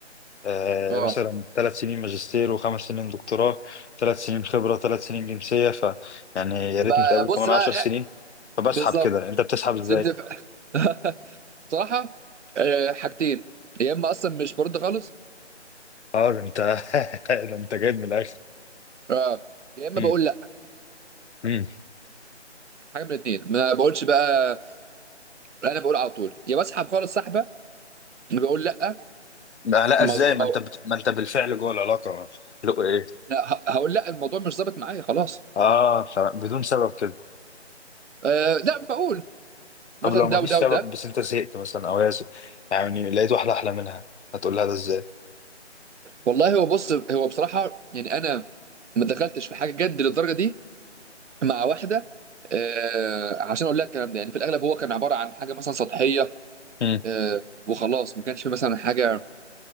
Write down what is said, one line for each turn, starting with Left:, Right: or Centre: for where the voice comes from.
Left: آه
Right: آه،
Left: مثلا ثلاث سنين ماجستير وخمس سنين دكتوراه ثلاث سنين خبرة ثلاث سنين جنسية ف يعني يا
Right: يبقى
Left: ريت نتقابل
Right: بص
Left: كمان
Right: بقى
Left: عشر سنين
Right: إيه،
Left: فبسحب
Right: بالظبط
Left: كده انت بتسحب ازاي؟
Right: سيبني في <laughs> صراحه آه، حاجتين يا اما اصلا مش برد خالص
Left: اه ده انت <laughs> ده انت جايب من الاخر
Right: اه يا اما
Left: مم.
Right: بقول لا
Left: مم.
Right: حاجه من الاثنين ما بقولش بقى انا بقول على طول يا بسحب خالص سحبه بقول لا
Left: ما لا
Right: الموضوع
Left: ازاي ما انت بت... ما انت بالفعل جوه العلاقه لو ايه
Right: لا، ه- هقول لا الموضوع مش ظابط معايا خلاص
Left: اه تمام بدون سبب كده
Right: آه لا بقول
Left: طب
Right: مثلا
Left: لو ما
Right: ده
Left: فيش
Right: وده
Left: سبب
Right: وده
Left: بس انت زهقت مثلا او هي زهقت، يعني لقيت واحده احلى منها هتقول لها ده ازاي
Right: والله هو بص هو بصراحه يعني انا ما دخلتش في حاجه جد للدرجه دي مع واحده آه عشان اقول لها الكلام ده يعني في الاغلب هو كان عباره عن حاجه مثلا سطحيه
Left: مم.
Right: آه وخلاص ما كانش في مثلا حاجه